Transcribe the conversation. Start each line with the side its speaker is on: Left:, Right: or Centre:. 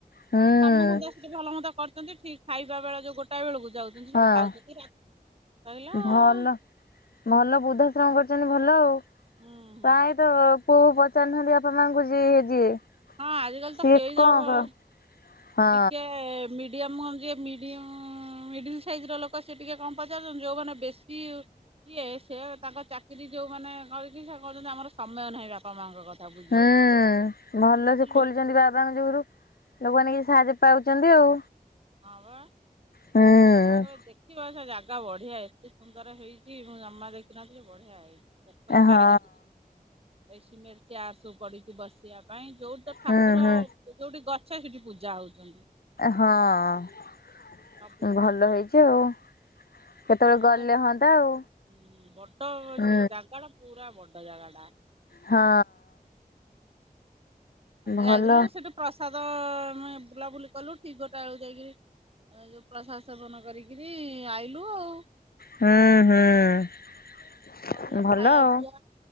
Left: ହୁଁ
Right: ଅଁ କାମ ଧନ୍ଦା। ସେ ଭଲ ମନ୍ଦ କରିଛନ୍ତି ଠିକ୍ ଖାଇବା ବେଳ ଯୋଉ ଗୋଟା ବେଳକୁ। ଯାଉଛନ୍ତି
Left: ହଁ
Right: ସେଠି ଖାଉଛନ୍ତି ରାତ୍ ‌ରହିଲା
Left: ଭଲ
Right: ଆଉ।
Left: ଭଲ ବୃଦ୍ଧାଶ୍ରମ କରିଛନ୍ତି ଭଲ ଆଉ
Right: ହୁଁ ହୁଁ
Left: ପ୍ରାୟତ ପୁଅ ବୋହୁ ପ ପଚାରୁ ନାହାନ୍ତି ବାପା ମା ଙ୍କୁ ଯିଏ ଯିଏ।
Right: ହଁ ଆଜିକାଲି
Left: ସିଏ
Right: ତ କେହି
Left: କଣ
Right: ଯାଉ।
Left: କ ହଁ
Right: ଟିକେ ମିଡିୟମ ଯିଏ ମିଡିଅ ମିଡିଲି ସାଇଜ ର ଲୋକ। ସିଏ ଟିକେ କମ୍ ପଚାରୁଛନ୍ତି ଯୋଉମାନେ ବେଶୀ। ଇଏ ସିଏ ତାଙ୍କ ଚାକିରି ଯୋଉ ମାନେ ରହିକି ସେ କହୁଛନ୍ତି ଆମର ସମୟ ନାହିଁ ବାପା ମାଙ୍କ କଥା। ବୁଝିବାକୁ।
Left: ହୁଁ ଭଲ
Right: ଏମିତି
Left: ସେ
Right: ଲୋ
Left: ଖୋଲିଛନ୍ତି ବାବାଙ୍କ ଯୋଗରୁ। ଲୋକମାନେ କିଛି ସାହାଯ୍ୟ ପାଉଛନ୍ତି ଆଉ।
Right: ହଁ ବା
Left: ହୁଁ
Right: ଦିପ କାଳେ ଦେଖ ଦେଖିବ ସେ ଜାଗା ବଢିଆ ଏତେ ସୁନ୍ଦର ହେଇଛି ମୁଁ ଜମା ଦେଖିିନଥିଲି ବଢିଆ ହେଇଛି। ପୋଖରି
Left: ହଁ।
Right: ଚାରି କର ଏଇ ସିମେଣ୍ଟେ ଚେୟାର ସବୁ ପଡିଚି ବସିବା ପାଇଁ ଯୋଉଠି ତ
Left: ହୁଁ
Right: ଠାକୁର
Left: ହୁଁ
Right: ଯୋଉଠି ଗଛ ସେଠି ପୂଜା ହେଉଚନ୍ତି।
Left: ହଁ
Right: ସବୁଠି
Left: ଭଲ
Right: ଠାକୁର
Left: ହେଇ ଆଉ। କେତେବେଳେ
Right: ଯୋଉଠି
Left: ଗଲେ
Right: ଗଛ
Left: ହଅନ୍ତା ଆଉ
Right: ବଡ
Left: ହୁଁ
Right: ଯୋଉ ଜାଗାର। ପୁରା ବଡ ଜାଗା ଟା।
Left: ହ ଅ।
Right: ଆମେ ଯାଇଥିନୁ
Left: ଭଲ
Right: ସେଠୁ ପ୍ରସାଦ ଆମେ ବୁଲାବୁଲି କଲୁ ଠିକ୍ ଗୋଟା ବେଳକୁ ଯାଇକିରି ପ୍ରସାଦ ସେବନ କରିକି ରି ଆଇଲୁ ଆଉ।
Left: ହଁ ହଁ
Right: ବଢିଆ
Left: ଭଲ
Right: ଖାଇବା
Left: ଆଉ।
Right: ପିଇବା